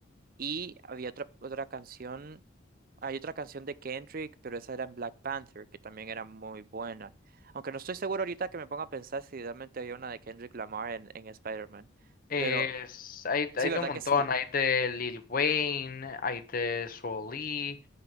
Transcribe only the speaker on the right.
y había otra, otra canción, hay otra canción de Kendrick, pero esa era en Black Panther, que también era muy buena. Aunque no estoy seguro ahorita que me ponga a pensar si realmente había una de Kendrick Lamar en, en Spider-Man.
Pero
sí,
¿verdad
que sí?